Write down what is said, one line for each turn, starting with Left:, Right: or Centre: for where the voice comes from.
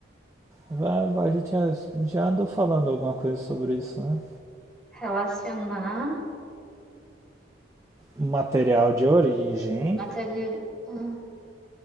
Right: Vai- vai- A gente já, já andou falando alguma coisa sobre isso, né?
Centre: Relacionar
Right: Material de origem
Centre: matéria de, ah,